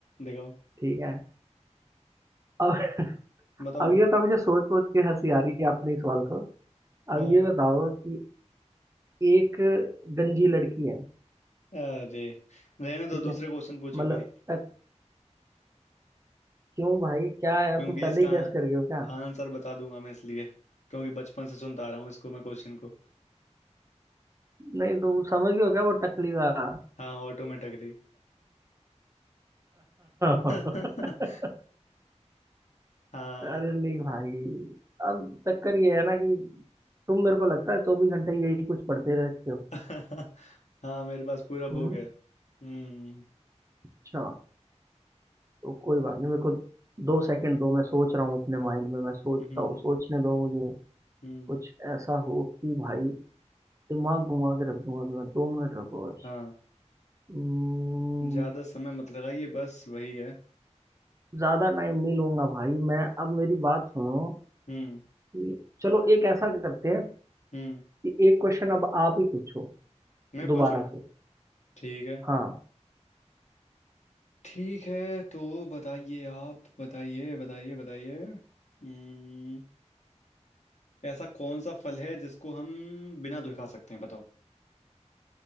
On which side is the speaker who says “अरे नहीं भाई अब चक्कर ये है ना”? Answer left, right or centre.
Right